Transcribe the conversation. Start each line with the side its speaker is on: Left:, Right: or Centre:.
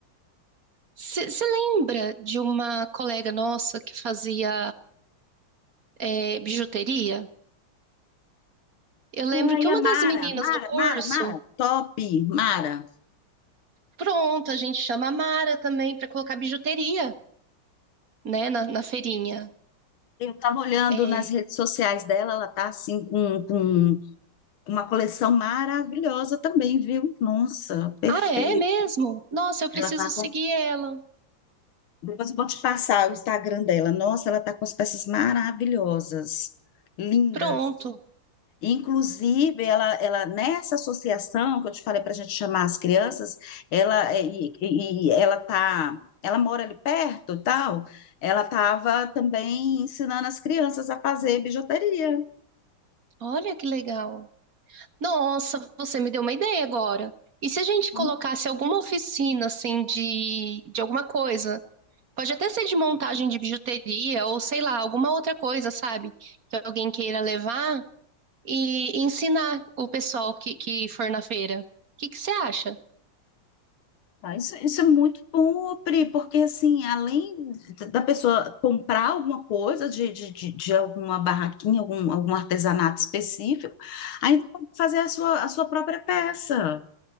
Right: você lembra de uma colega nossa que fazia é, bijuteria? Eu lembro
Left: Ai,
Right: que uma
Left: a
Right: das
Left: Mara,
Right: meninas
Left: Mara,
Right: do curso,
Left: Mara, Mara, top, Mara.
Right: pronto, a gente chama a Mara também para colocar bijuteria, né, na na feirinha.
Left: Eu estava olhando
Right: É,
Left: nas redes sociais dela, ela tá assim com, com uma coleção maravilhosa também, viu? Nossa, perfeito.
Right: Ah, é mesmo? Nossa, eu
Left: Ela
Right: preciso
Left: tá com...
Right: seguir ela.
Left: Depois eu vou te passar o Instagram dela. Nossa, ela tá com as peças maravilhosas, lindas.
Right: Pronto.
Left: Inclusive, ela, ela nessa associação que eu te falei para a gente chamar as crianças, ela é, e, e- e ela tá, ela mora ali perto, tal. Ela estava também ensinando as crianças a fazer bijuteria.
Right: Olha que legal. Nossa, você me deu uma ideia agora. E se a gente
Left: Uhum.
Right: colocasse alguma oficina, assim, de, de alguma coisa? Pode até ser de montagem de bijuteria ou sei lá, alguma outra coisa, sabe? Que alguém queira levar e ensinar o pessoal que, que for na feira. O que que você acha?
Left: Tá, Isso, isso é muito bom, Pri, porque assim, além d- da pessoa comprar alguma coisa de, de, de, de alguma barraquinha, algum, algum artesanato específico, ainda pode fazer a sua, a sua própria peça.